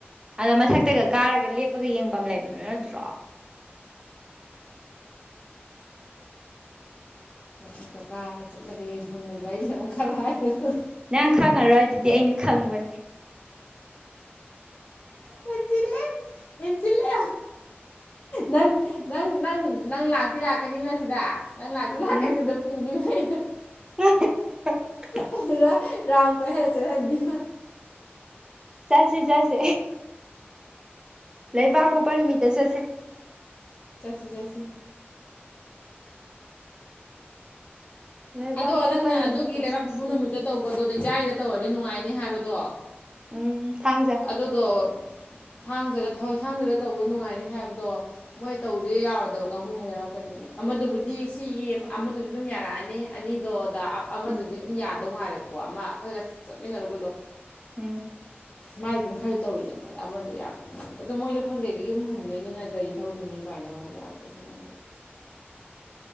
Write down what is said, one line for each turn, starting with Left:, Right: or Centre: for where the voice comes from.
Right: ꯑꯗꯣ ꯃꯊꯛꯇꯒ ꯀꯥꯔꯒ ꯂꯦꯞꯄꯒ ꯌꯦꯡꯕꯝ ꯂꯩꯕꯗꯨ ꯅꯠꯇ꯭ꯔꯣ
Left: ꯃꯊꯛꯇ ꯀꯥꯔꯒ ꯆꯠꯂꯒ ꯌꯦꯡꯕꯝ ꯂꯩꯕ ꯑꯩꯖꯤꯅꯃꯨꯛ ꯈꯔꯥꯢꯗꯍ
Right: ꯅꯪ ꯈꯪꯉꯔꯣꯏ ꯑꯗꯨꯗꯤ ꯑꯩꯅ ꯈꯪꯕꯅꯦ
Left: ꯑꯦꯟꯖꯤꯜꯂꯦ ꯍꯦꯟꯖꯤꯜꯂꯦ ꯅꯪ ꯅꯪ ꯅꯪ ꯅꯪ ꯂꯥꯛꯇꯤ ꯂꯥꯛꯀꯅꯤꯅ ꯁꯤꯗ ꯅꯪ ꯂꯥꯛꯇꯤ
Right: ꯎꯝ
Left: ꯂꯥꯛꯀꯅꯤ ꯑꯗꯨꯝ <unintelligible>
Right: <unintelligible>
Left: ꯑꯗꯨꯗ ꯔꯥꯎꯟ ꯀꯣꯏꯍꯜꯂꯒ ꯆꯠꯍꯟꯅꯤ
Right: ꯆꯠꯁꯤ ꯆꯠꯁꯤ ꯂꯩꯕꯥꯛꯄꯣꯛꯄ ꯅꯨꯃꯤꯠꯇ ꯆꯠꯁꯦ
Left: ꯆꯠꯁꯤ ꯆꯠꯁꯤ
Right: ꯂꯩꯕꯥꯛ
Left: ꯑꯗꯣ
Right: ꯄꯣꯛꯄ
Left: ꯅꯪꯅ
Right: ꯅꯨꯃꯤꯠꯇ
Left: ꯑꯗꯨꯒꯤ ꯂꯩꯕꯥꯛꯄꯣꯄ
Right: ꯆꯠꯁꯤ
Left: ꯅꯨꯃꯤꯠꯇ ꯇꯧꯕꯗꯣ ꯏꯔꯥꯏꯗ ꯇꯧꯔꯗꯤ ꯅꯨꯡꯉꯥꯏꯅꯤ ꯍꯥꯏꯕꯗꯣ
Right: ꯎꯝ ꯊꯥꯡꯖ
Left: ꯑꯗꯨꯗꯣ ꯊꯥꯡꯖꯗ ꯊꯥꯡꯖꯗ ꯇꯧꯕ ꯅꯨꯡꯉꯥꯏꯅꯤ ꯍꯥꯏꯕꯗꯣ ꯃꯣꯏ ꯇꯧꯁꯦ ꯌꯥꯎꯔꯣꯏꯗꯕ ꯀꯥꯡꯕꯨ ꯈꯔ ꯌꯥꯎꯔꯛꯀꯅꯤꯌꯦ ꯑꯃꯗꯨꯕꯨꯗꯤ ꯁꯤꯒꯤ ꯑꯃꯗꯨꯗꯤ ꯑꯗꯨꯝ ꯌꯥꯔꯛꯑꯅꯤ ꯑꯅꯤꯗꯣꯗ ꯑꯃꯗꯨꯗꯤ
Right: ꯎꯝ
Left: ꯑꯗꯨꯝ ꯌꯥꯗꯧ ꯃꯥꯜꯂꯦꯕꯀꯣ ꯑꯃ ꯑꯩꯈꯣꯏꯒ ꯆꯠꯃꯤꯟꯅꯔꯨꯕꯗꯣ
Right: ꯎꯝ
Left: ꯃꯥꯗꯤ ꯑꯗꯨꯝ ꯈꯔꯁꯨ ꯇꯧꯋꯤꯗꯅ ꯑꯗꯣ ꯑꯃꯗꯣ ꯌꯥꯔꯛꯇꯧ ꯃꯥꯟꯗꯦ ꯑꯗꯣ ꯃꯣꯏꯗꯣ ꯐꯪꯗꯦꯗꯤ ꯌꯨꯝ ꯍꯟꯗꯣꯏꯅꯤꯅ ꯒꯥꯔꯤ ꯊꯧꯗꯣꯏꯅꯤ ꯀꯥꯏꯅ ꯑꯃꯨꯛ ꯌꯥꯔꯛꯇꯧꯁꯨ ꯃꯥꯟꯗꯕ